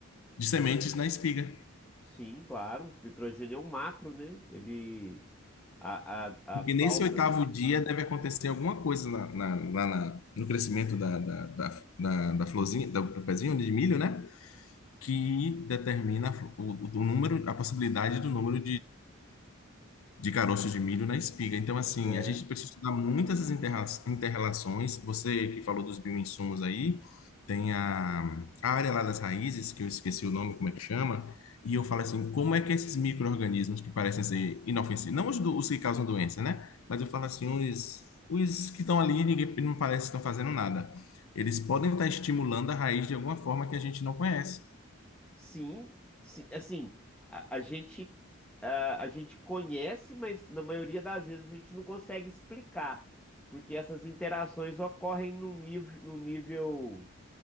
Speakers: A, on the left (about 75°); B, in the centre.
A: de sementes na espiga.
B: Sim, claro. Nitrogênio é um macro, né? Ele. A,
A: Porque
B: a, a
A: nesse
B: falta.
A: oitavo dia deve acontecer alguma coisa na, na, na- na- no crescimento da, da, da, da, da florzinha, do, do pezinho de milho, né? Que determina a flo- o, o número, a possibilidade do número de caroços de milho na espiga. Então, assim,
B: é.
A: a gente precisa estudar muitas essas interra- interrelações. Você que falou dos bioinsumos aí, tem a, a área lá das raízes, que eu esqueci o nome, como é que chama, e eu falo assim, como é que esses micro-organismos que parecem ser inofensivos, não os, do- os que causam doença, né? Mas eu falo assim, os, os que estão ali, ninguém não parece que estão fazendo nada. Eles podem estar estimulando a raiz de alguma forma que a gente não conhece.
B: Sim, sim, assim, a, a gente a, a gente conhece, mas na maioria das vezes a gente não consegue explicar, porque essas interações ocorrem no nível, no nível